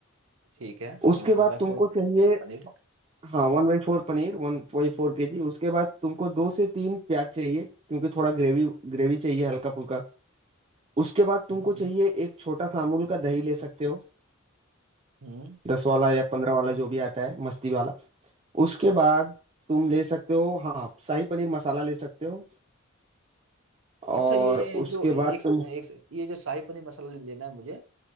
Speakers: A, on the right (about 70°); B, on the right (about 30°).
A: ठीक है
B: उसके
A: One
B: बाद
A: by
B: तुमको
A: four
B: चाहिए
A: paneer
B: हाँ वन बाई फोर पनीर वन बाई फोर के जी उसके बाद तुमको दो से तीन प्याज चाहिए क्योंकि थोड़ा ग्रेवी ग्रेवी चाहिए हल्का फुल्का उसके बाद
A: हम्म
B: तुमको चाहिए
A: हम्म
B: एक छोटा सा अमूल का दही ले सकते हो
A: हम्म।
B: दस वाला या पंद्रह वाला जो भी आता है मस्ती वाला उसके बाद तुम ले सकते हो हाँ शाही पनीर मसाला ले सकते हो और
A: अच्छा ये
B: उसके
A: जो एक,
B: बाद तुम
A: एक ये जो शाही पनीर मसाला लेना है मुझे